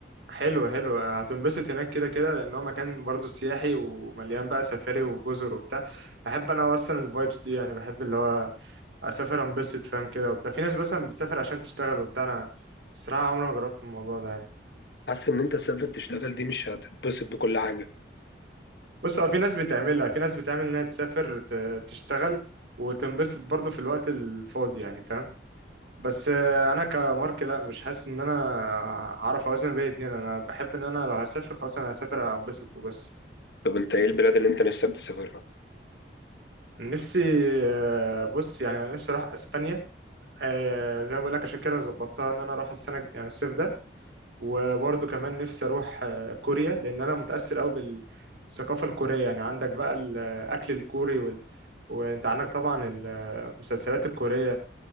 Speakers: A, on the right; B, on the left.
A: حلو حلو هتنبسط هناك كده كده لان هو مكان برضو سياحي ومليان بقى سفاري وجزر وبتاع بحب انا اصلا الفايبس دي يعني بحب اللي هو اسافر انبسط فاهم كده وبتاع في ناس مثلا بتسافر عشان تشتغل وبتاع انا الصراحه عمري ما جربت الموضوع ده يعني
B: حاسس ان انت تسافر تشتغل دي مش هتتبسط بكل حاجه
A: بص هو في ناس بتعملها في ناس بتعمل انها تسافر ت- تشتغل وتنبسط برضه في الوقت الفاضي يعني فاهم بس آه، انا كمارك لا مش حاسس ان انا اعرف اوازن بين الاتنين انا بحب ان انا لو هسافر خلاص انا هسافر انبسط وبس
B: طب انت ايه البلاد اللي انت نفسك تسافرها
A: نفسي آه، بص يعني انا نفسي اروح اسبانيا آه، زي ما بقول لك عشان كده ظبطتها ان انا اروح السنه يعني الصيف ده وبرضه كمان نفسي اروح آه، كوريا لان انا متاثر قوي بالثقافه الكوريه يعني عندك بقى الاكل الكوري وال... وانت عندك طبعا المسلسلات الكوريه